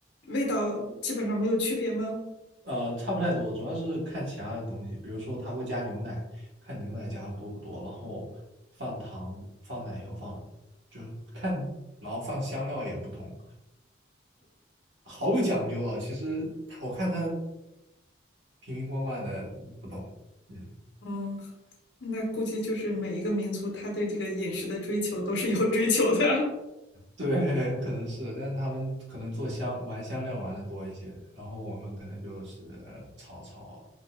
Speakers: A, on the left; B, on the right.
A: 味道基本上没有区别吗？
B: <laughs> 呃，差不太多，主要是看其他的东西，比如说它会加牛奶，看牛奶加的多不多，然后放糖、放奶油放，就是看，然后放香料也不同，好有讲究啊。其实它我看它瓶瓶罐罐的不懂，嗯。
A: 嗯，那估计就是每一个民族他对这个饮食的追求都是有追求的。<laughs>
B: 对，可能是，但是他们可能做香玩香料玩的多一些，然后我们可能就是炒炒